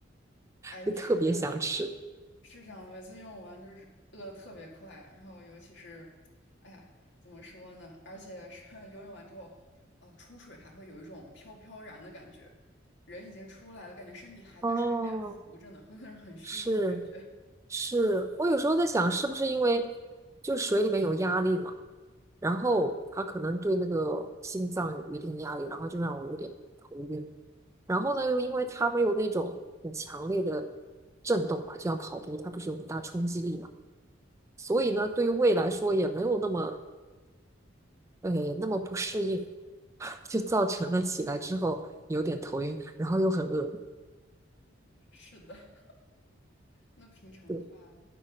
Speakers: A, on the left (about 65°); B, on the right (about 15°).
A: 哎，
B: 就特别想吃。
A: 是这样的，是这样的，每次用完就是饿的特别快，然后尤其是，哎呀，怎么说呢？而且是 <laughs> 游泳完之后，呃，出水还会有一种飘飘然的感觉，人已经出来了，感觉身体还在水里面浮着呢，
B: 哦，
A: 会有那种很虚幻的感觉。
B: 是是，我有时候在想，是不是因为就水里面有压力嘛？然后他可能对那个心脏有一定压力，然后就让我有点头晕。然后呢，又因为它没有那种很强烈的震动嘛，就像跑步，它不是有很大冲击力嘛，所以呢，对于胃来说也没有那么呃那么不适应，<laughs> 就造成了起来之后有点头晕，然后又很饿。
A: <laughs> 是的。那平常的话，
B: 对，